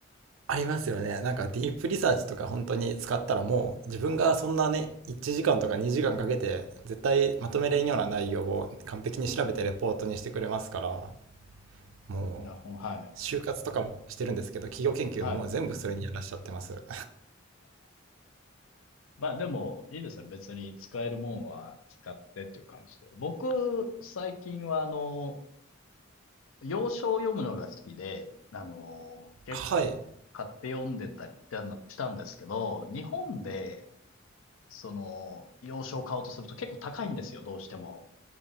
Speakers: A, on the right; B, on the left.
A: ありますよね。なんかディープリサーチとか本当に使ったらもう自分がそんなね、1時間とか2時間かけて絶対まとめれんような内容を完璧に調べてレポートにしてくれますから、もう
B: いや、ほん、はい。
A: 就活とかもしてるんですけど、企業研究ももう全部それにやらしちゃってます。
B: はい。まあでも、いいですよね。別に使えるもんは使ってっていう感じで。僕、最近はあの、洋書を読むのが好きで、あの、結構買って読んでたりしたのしたんですけど、
A: はい。
B: 日本でその、洋書を買おうとすると結構高いんですよ、どうしても。